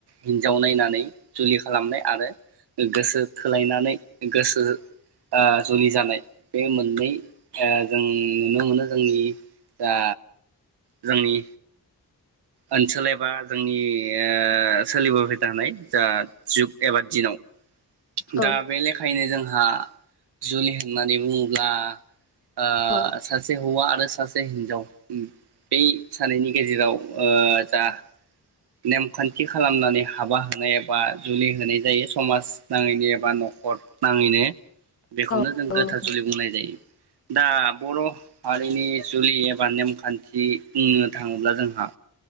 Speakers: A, on the right (about 80°); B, on the left (about 35°).
A: हिनजाव नायनानै जुलि खालामनाय आरो गोसो थोलायनानै गोसो ओ। जुलि जानाय। बे मोननै ओ जों नुनो मोनो। जोंनि जा। जोंनि। ओनसोल एबा जों नि ओ सोलिबोबाय थानाय। दा जुग एबा दिनाव
B: औ
A: दा बे लेखायैनो जों हा जुलि होननानै बुङोब्ला। ओ
B: औ
A: सासे हौवा आ रो सासे ओम हिन्जाव बि सानैनि गेजेराव। ओ जा नेमखान्थि खालामनानै हाबा होनाय एबा जुलि होनाय जायो समाज नाङैनो एबा न'खर नाङैनो। बेखौनो
B: औ
A: जों
B: औ
A: गोथार
B: नोंथां
A: जुलि बुंनाय जायो। दा बर'। हारिनि जुलि एबा नेमखान्थि बुंनो थाङोब्ला जोंहा।